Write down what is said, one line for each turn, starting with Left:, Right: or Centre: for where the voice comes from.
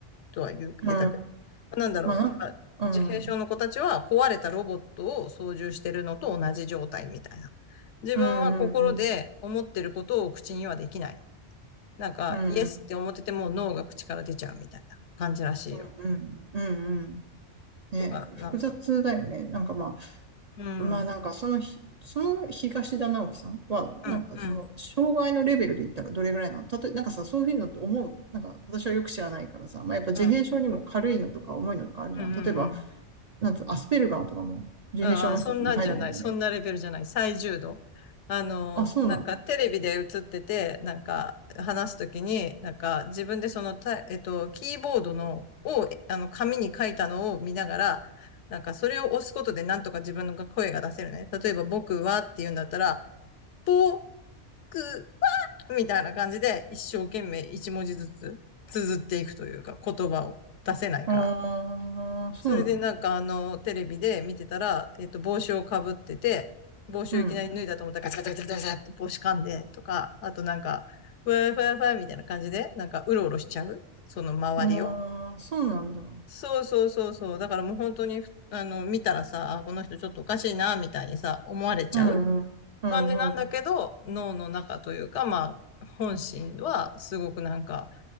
Left: とは言ってたけど。
Right: うん。
Left: なんだろう。
Right: まあなんか、
Left: まあ自閉症の子たちは壊れたロボットを操縦してるのと同じ状態みたいな。
Right: うん。
Left: 自分は心で思ってることを口にはできない。
Right: うんうんうん。
Left: なんか、
Right: うん
Left: イエスって思ってても脳が口から出ちゃうみたいな感じらしいよ。
Right: うんうんうんうん。ね、
Left: とか、なんか、
Right: 複雑だよね。なんかま
Left: うん、
Right: あ、まあなんかそのひ、
Left: うん、
Right: その東田直樹さんは、
Left: うん、
Right: なんかその、
Left: うん、
Right: 障害のレベルで言ったらどれぐらいなの例え、なんかさ、そういうのって思う、なんか私はよく知らないからさ、まあやっぱ自閉症にも軽いのとか重いのとかあるじゃん。
Left: うん、うん、うん。
Right: 例えば、なんつう、アスペルガーとかも自閉症の一つに入るんだよね。
Left: うん、あ、そんなんじゃない。そんなレベルじゃない。最重度。あの、
Right: あ、そうなんだ。
Left: なんかテレビで映ってて、なんか話すときに、なんか自分でそのタイ、えっと、キーボードの、を、えあの、紙に書いたのを見ながら、なんかそれを押すことでなんとか自分の声が出せるね。例えば僕はって言うんだったら、僕はみたいな感じで一生懸命一文字ずつ綴っていくというか言葉を出せないから。
Right: ああ、そうなんだ。
Left: それでなんかあの、テレビで見てたら、えっと、帽子をかぶってて、帽子をいきなり脱いだと思ったらガチャガチャガチャガチャって帽子噛んでとか、
Right: うん。
Left: あとなんか、ふわふわふわみたいな感じで、なんかうろうろしちゃうその周りを。
Right: ああ、そうなんだ。
Left: そうそうそうそう。だからもう本当に、あの、見たらさ、あこの人ちょっとおかしいな、みたいにさ、思われちゃう
Right: うんうん。うんうん。
Left: 感じなんだけど、脳の中というか、まあ、本心はすごくなんか、